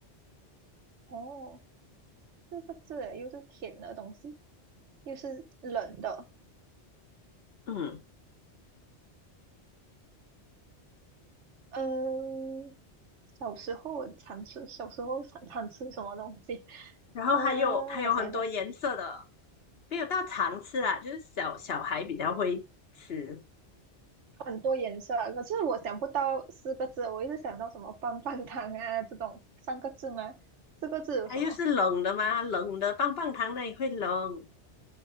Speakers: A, on the right; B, on the left.
A: 哦，四个字耶又是甜的东西，又是冷的。
B: 嗯，
A: 嗯，小时候我常吃，小时候常常吃什么东西？<laughs>
B: 然后它有它有很多颜色的，
A: 嗯，我想想，
B: 没有到常吃啦，就是小小孩比较会吃。
A: 很多颜色啊可是我想不到四个字，我一直想到什么棒棒糖啊这种三个字吗？四个字有什么？
B: 它又是冷的嘛，冷的棒棒糖那也会冷。